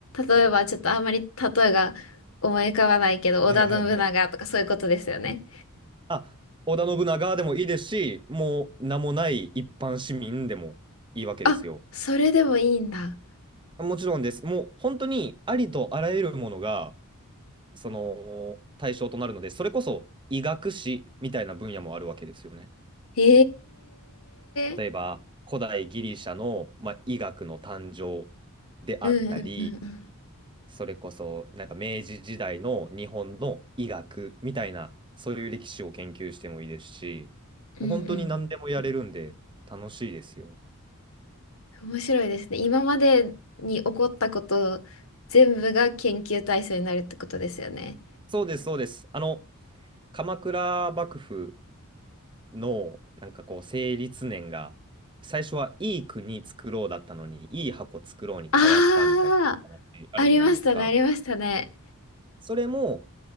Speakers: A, on the left; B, on the right.
A: 例えばちょっとあんまり例えが思い浮かばないけど、
B: はい。
A: 織田信長とかそういうことですよね。
B: はいはいはい。あ、織田信長でもいいですし、もう名もない一般市民でもいいわけですよ。
A: あ、それでもいいんだ。
B: もちろんです。もう本当にありとあらゆるものが、その対象となるので、それこそ医学史みたいな分野もあるわけですよね。
A: へ
B: 例えば、
A: え。
B: 古代ギリシャの、まあ、医学の誕生であったり、
A: うんうんうんうん。
B: それこそなんか明治時代の日本の医学みたいな、そういう歴史を研究してもいいですし、もう本当に何でもやれるんで楽しいですよ。
A: うんうん。面白いですね。今までに起こったこと全部が研究対象になるってことですよね。
B: そうです、そうです。あの、鎌倉幕府の、なんかこう、成立年が、最初はいい国作ろうだったのに、いい箱作ろうに変わったみたいな話あるじゃないですか。
A: ああ、ありましたね、ありましたね。
B: それも、